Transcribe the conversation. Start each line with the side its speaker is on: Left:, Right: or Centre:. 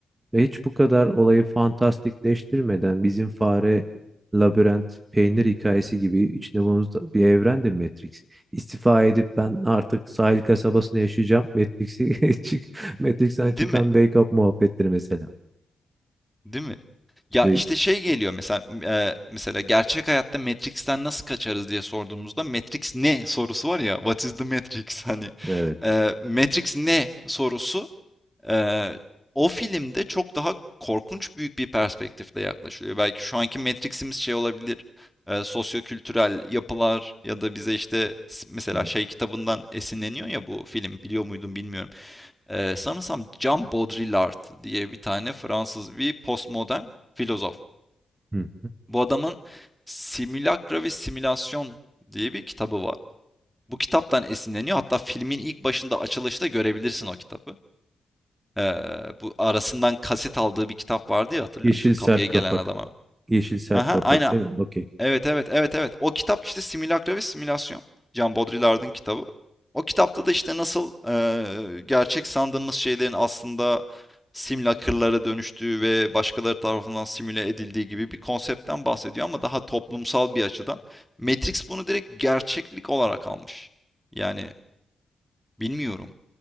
Right: Ve hiç bu kadar olayı fantastikleştirmeden bizim fare, labirent, peynir hikayesi gibi içinde bulunduğumuz bir evrende Matrix. İstifa edip ben artık sahil kasabasında yaşayacağım. Matrix'i <laughs> çık- Matrix'ten
Centre: Değil
Right: çıkan
Centre: mi?
Right: Wake Up muhabbetleri mesela.
Centre: Değil mi? Ya
Right: Ve
Centre: işte şey geliyor mesela e, mesela gerçek hayatta Matrix'ten nasıl kaçarız diye sorduğumuzda Matrix ne sorusu var ya What is the Matrix <laughs> hani
Right: evet.
Centre: e, Matrix ne sorusu e, o filmde çok daha korkunç büyük bir perspektifle yaklaşılıyor. Belki şu anki Matrix'imiz şey olabilir e, sosyokültürel yapılar ya da bize işte s- mesela
Right: Hı
Centre: şey kitabından esinleniyor ya bu film biliyor muydun bilmiyorum. Ee, sanırsam Jean Baudrillard diye bir tane Fransız bir postmodern filozof.
Right: hı.
Centre: Bu adamın Simülakra ve Simülasyon diye bir kitabı var. Bu kitaptan esinleniyor. Hatta filmin ilk başında açılışta görebilirsin o kitabı. Ee, bu arasından kaset aldığı bir kitap vardı ya hatırlıyor
Right: Yeşil
Centre: musun?
Right: sert
Centre: Kapıya gelen
Right: kapak.
Centre: adama.
Right: Yeşil sert
Centre: Aha,
Right: kapak
Centre: aynen
Right: değil mi? Okey.
Centre: Evet evet evet evet. O kitap işte Simülakra ve Simülasyon. Jean Baudrillard'ın kitabı. O kitapta da işte nasıl eee, gerçek sandığımız şeylerin aslında simülakırlara dönüştüğü ve başkaları tarafından simüle edildiği gibi bir konseptten bahsediyor ama daha toplumsal bir açıdan. Matrix bunu direkt gerçeklik olarak almış. Yani bilmiyorum.